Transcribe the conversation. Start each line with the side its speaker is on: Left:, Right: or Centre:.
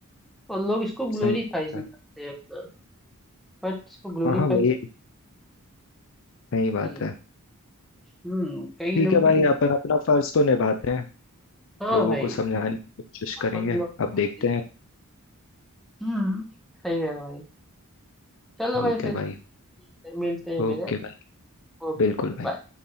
Centre: और लोग इसको ग्लोरीफाई
Left: सही बात
Centre: भी
Left: है
Centre: करते हैं अपना बट इसको ग्लोरीफाई
Left: हाँ हाँ वही
Centre: नहीं
Left: सही बात
Centre: कि
Left: है
Centre: हम्म कई
Left: ठीक
Centre: लोगों
Left: है भाई
Centre: की तो
Left: अपन अपना फर्ज तो निभाते हैं
Centre: हाँ
Left: लोगों
Centre: भाई
Left: को समझाने की कोशिश
Centre: अपन
Left: करेंगे
Centre: लोग तो
Left: अब
Centre: करते
Left: देखते हैं
Centre: हैं हम्म सही कह रहे हो भाई चलो
Left: ठीक
Centre: भाई फिर
Left: है भाई
Centre: मिलते हैं
Left: ओके
Centre: फिर
Left: भाई
Centre: Okay
Left: बिल्कुल
Centre: okay
Left: भाई
Centre: bye